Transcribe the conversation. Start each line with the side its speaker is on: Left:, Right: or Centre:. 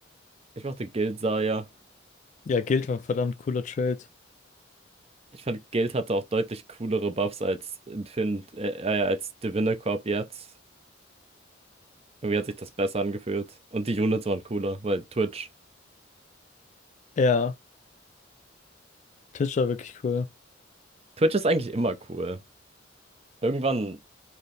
Right: Ich mochte Guild Zarya.
Left: Ja, Guild war ein verdammt cooler Trade.
Right: Ich fand, Guild hatte auch deutlich coolere Buffs als Infin äh, äh, als Divinicorp jetzt. Irgendwie hat sich das besser angefühlt. Und die Units waren cooler, weil Twitch.
Left: Ja, Tisch war wirklich cool.
Right: Twitch ist eigentlich immer cool. Irgendwann